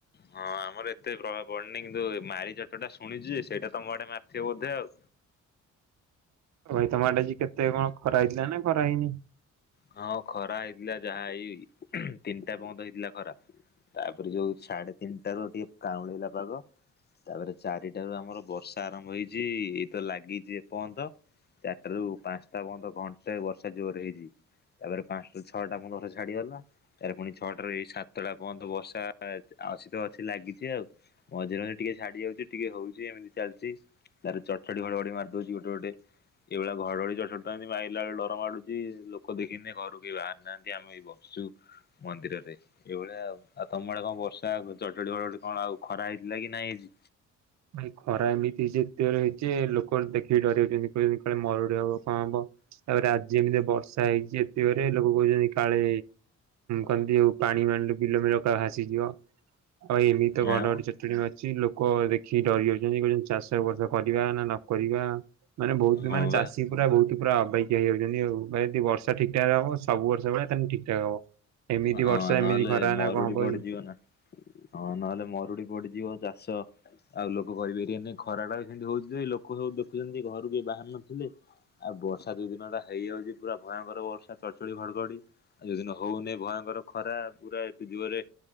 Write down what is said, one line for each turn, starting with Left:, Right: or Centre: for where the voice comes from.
Left: ହଁ ଆମର ଏତେ ପ୍ରଭାବ ୱାର୍ଣିଂ ଦୋଉ ମାରି ଚଟା ଶୁଣିଛି ସେଇଟା ତମ ଆଡେ ମାରଥିବ ବୋଧେ ଆଉ।
Right: ଭାଇ ତମ ଏଡେ ଯ କେତେ କଣ ଖରା ହେଇଥିଲା ନା ଖରାହେଇନି?
Left: ହଁ ଖରା ହେଇଥିଲା ଯାହା ଏଇ ତିନିଟା ପର୍ଯ୍ୟନ୍ତ ହେଇଥିଲା ଖରା ତାପରେ ଯୋଉ ସାଢେ ତିନିଟ ର ଟିକେ କାଉଁଳେଇଲା ପାଗ ତାପରେ ଚାରିଟାରୁ ଆମର ବର୍ଷା ଆରମ୍ଭ ହେଇଛି ଏଇ ତ ଲାଗିଛି ଏ ପର୍ଯ୍ୟନ୍ତ ଚାରିଟ ରୁ ପାଞ୍ଚଟା ପର୍ଯ୍ୟନ୍ତ ଘଣ୍ଟଟା ବର୍ଷା ଜୋର ହେଇଛି। ତାପରେ ପାଞ୍ଚଟା ଛଅଟା ପର୍ଯ୍ୟନ୍ତଥର ଛାଡିଗଲା ତାରେ ପୁଣି ଛଅଟାରୁ ଏଇ ସାତଟା ପର୍ଯ୍ୟନ୍ତ ବର୍ଷା ଆଛି ତ ଅଛି ଲାଗିଛି ଆଉ ମଝିରେ ମଝିରେ ଟିକେ ଛାଡି ଯାଉଛି ଟିକେ ହଉଛି ଏମିତି ଚାଲିଛି ତାର ଚଟଚଡି ଘଡଘଡି ମାରି ଦଉଛି ଗୋଟେ ଗୋଟେ ଏଇଭଳିଆ ଘଡଘଡି ଚା ଏମିତି ମାରଲା ବେଳେ ଡର ମାଡୁଛି। ଲୋକ ଦେଖିନେ ଘରୁ କେହି ବାହାରି ନାହାନ୍ତି ଆମେ ଏ ବସଛୁ ମନ୍ଦିରରେ ଏଇଭଳିଆ ଆଉ ଆଉ ତମ ଆଡେ କଣ ବର୍ଷା ଚଟଡି ଫଟଟି କଣ ଆଉ ଖରା ହେଇଥିଲା କି ନାଇଁ ହେଇଛି।
Right: ଭାଇ ଖରା ଏମିତି ହେଇଛି ଏତେବେ ହେଇଛି ଲୋକ ଦେଖିକି ଡରି ଯାଉଛନ୍ତି କାଳେ ମରୁଡି ହବ କଣ ହବ ତାପରେ ଆ ଏମିତି ବର୍ଷା ହେଇଛି ଏତେବେ ଲୋକ କହୁଛନ୍ତି କାଳେ କହନ୍ତି ଆଉ ପାଣି ମାଣିଲ ବିଲ ବିଲ କା ଭାସିଯିବ। ଆଉ ଏମିତି
Left: ଆଉ
Right: ତ ଘଡ ଘଡି ଚଡ୍ ଚଡ଼ି ମାରୁଚି ଲୋକ କହ କି ଡରି ଯାଉଛନ୍ତି କହୁଛନ୍ତି ଚାଷ ବର୍ଷ କରିବା ନା ନକରିବା ମାନେ ବହୁତ
Left: ହଁ
Right: ମାନେ
Left: ବା
Right: ଚାଷୀ ପୁରା ବହୁତ ପୁରା ଅବେଗ ଏହା ହେଇ ଯାଉଛନ୍ତି ଆଉ। ଭାଇ ଯଦି ବର୍ଷା ଠିକ ଠାକ ହବ ସବୁ ବର୍ଷ ସେଇ ଭଳିଆ ତାହନେ ଠିକ୍ ଠାକ୍ ହବ। ଏମିତି
Left: ହଁ
Right: ବର୍ଷା
Left: ନହେଲେ
Right: ଏମିତି ଖରା
Left: ମରୁଡି
Right: ନା କଣ ହବ
Left: ପଡିଯିବ
Right: କି?
Left: ନା ହଁ ନହେଲେ ମରୁଡି ପଡିଯିବ। ଚାଷ ଆଉ ଲୋକ କହିବେକି ଏନେ ଖରା ଟା ବି ସେମିତି ହଉଛି ଲୋକ ସବୁ ଦେଖୁଛନ୍ତି ଘରୁ କି ବାହାର ନଥିଲେ ଆଉ ବର୍ଷା ଯୋଉ ଦିନ ଟା ହେଇଯାଉଛି ପୁରା ଭୟଙ୍କର ବର୍ଷା ଚଢଚଢ ଘଡଘଡି ଆଉ ଯୋଉଦିନ ହଉନି। ଭୟଙ୍କର ଖରା ପୁରା ଏତେ ଯୁଗରେ